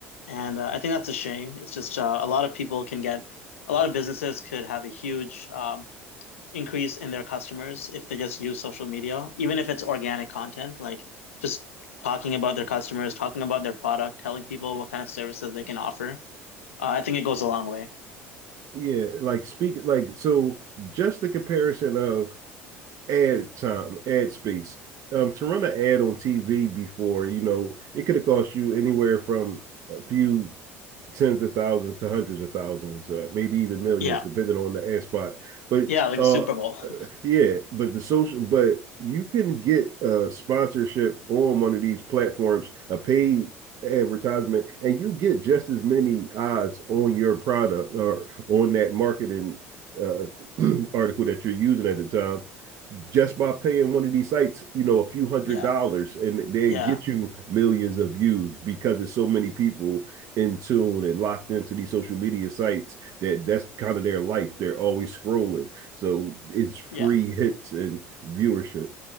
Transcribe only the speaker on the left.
And uh, I think that's a shame. It's just uh, a lot of people can get a lot of businesses could have a huge um increase in their customers if they just use social media, even if it's organic content, like just talking about their customers, talking about their product, telling people what kind of services they can offer. Uh, I think it goes a long way.
Yeah.
Yeah. Like
the Super Bowl. <laughs>
Yeah.
Yeah.
Yeah.